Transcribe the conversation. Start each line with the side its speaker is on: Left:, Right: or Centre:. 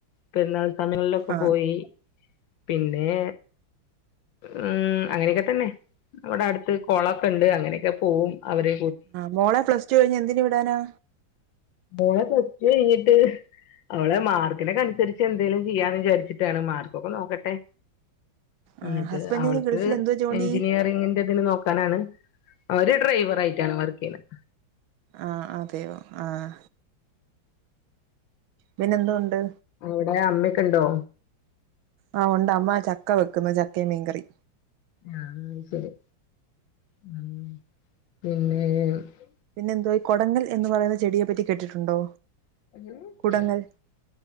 Left: പെരുന്നാൾ സമയങ്ങളിലൊക്കെ
Right: ആഹ്
Left: പോയീ പിന്നേ ഉം അങ്ങനെയൊക്കെ തന്നെ വ്ടെ അടുത്ത് കോളൊക്കെ ഉണ്ട് അങ്ങനെയൊക്കെ പോവും അവര്
Right: ആഹ് മോളെ പ്ലസ് ടു കഴിഞ്ഞ് എന്തിന് വിടാനാ
Left: മോളെ പ്ലസ് ടു കഴഞ്ഞീട്ട് അവള് മാർക്കിനൊക്ക അനുസരിച്ച് എന്തെങ്കലും ചെയ്യാന്ന് വിചാരിച്ചിട്ടാണ് മാർക്കൊക്കെ നോക്കട്ടെ ന്നിട്ട്
Right: ആഹ് ഹസ്ബൻഡിന്
Left: അവൾക്ക്
Right: ഗൾഫിൽ എന്തോ ജോലി
Left: എഞ്ചിനീയറിങ്ങിന്റെതിന് നോക്ക നാണ് ആ ഓര് ഡ്രൈവർ ആയിട്ടാണ് വർക്കെയ്യുന്നത്
Right: ആഹ് ആഹ് അതെയോ ആഹ് പിന്നെന്തോണ്ട്
Left: വിടെ അമ്മക്കണ്ടോ
Right: ആഹ് ഉണ്ട് അമ്മ ചക്ക വെക്കുന്നു ചക്കേം മീൻകറി
Left: ആഹ് ന ശരി ഉം പിന്നെ. ഉംമ് <unintelligible>
Right: പിന്നെ എന്തോ ഈ കൊടങ്ങൽ എന്ന് പറയുന്ന ചെടിയെ പറ്റി കേട്ടിട്ടുണ്ടോ?
Left: <unintelligible>
Right: കുടങ്ങൽ